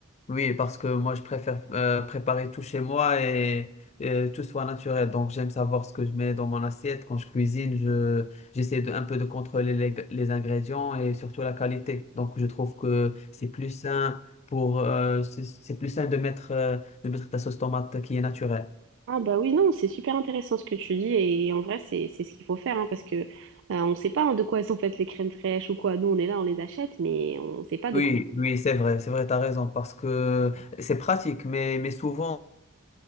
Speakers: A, on the left; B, on the right.
A: Oui, parce que moi, je préfère euh, préparer tout chez moi et, et tout soit naturel. Donc, j'aime savoir ce que je mets dans mon assiette. Quand je cuisine, je, j'essaie de, un peu de contrôler les, les ingrédients et surtout la qualité. Donc, je trouve que c'est plus sain pour, euh, c'est c'est plus sain de mettre, euh, de mettre ta sauce tomate qui est naturelle.
B: Ah bah oui, non, c'est super intéressant ce que tu dis et en vrai c'est c'est ce qu'il faut faire hein, parce que euh, on sait pas hein, de quoi elles sont faites les crèmes fraîches ou quoi. Nous on est là, on les achète mais on sait pas de
A: Oui,
B: quoi.
A: oui, c'est vrai, c'est vrai, t'as raison, parce que c'est pratique, mais, mais souvent,